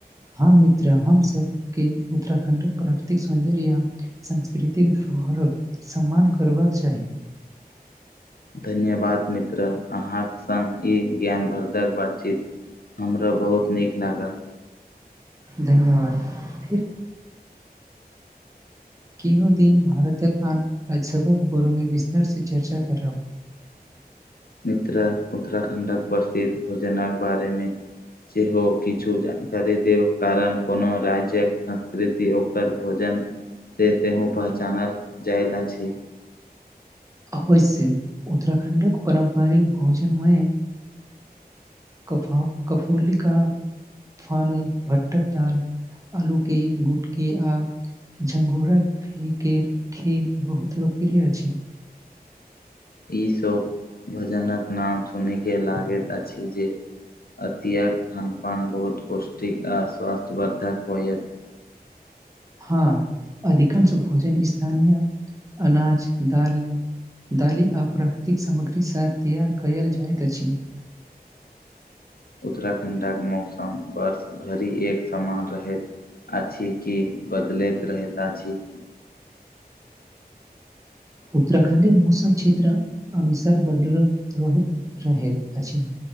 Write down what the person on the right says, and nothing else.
हँ मित्र हम सबके उत्तराखंडक प्राकृतिक सौंन्दर्य य सांस्कृतिक धरोहर भर सम्मान करबाक चाही
धन्यवाद फिर तीनो दिन भारतक आन राज्यसभा बोरो मे विस्तार से चर्चा करब ह
अवश्य उत्तराखण्डक पारम्परिक भोजनमय कफ कफूलिखा फानू भटक दाल आलू के गुटके आ झघूरा फ खेत बहुत लोको फ अ
हँ अधिकांश भोजन स्थानीय अनाज दाल दालि आ प्राकृतिक सामग्री साथ तैयार कयल जाइत अछि <inaudible>
उत्तराखंड मौसम क्षेत्र अनुसार बदलैत रहैत अछि